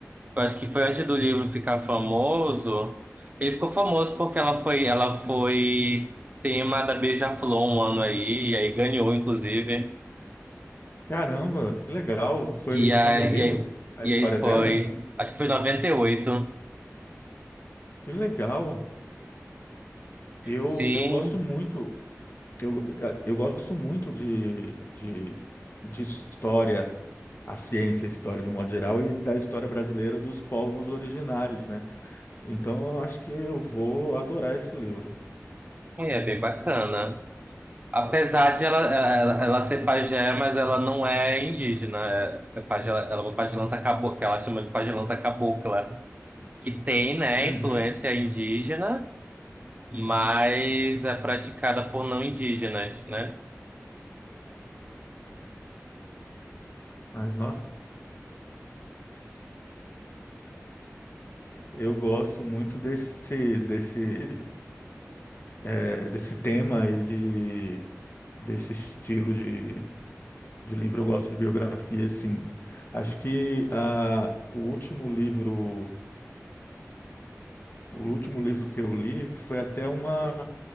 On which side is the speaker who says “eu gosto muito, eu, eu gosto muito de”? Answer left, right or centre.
Left